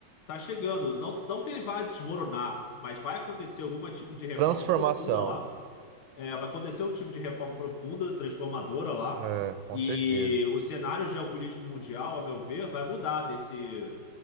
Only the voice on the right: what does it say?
Transformação.
É, com
certeza.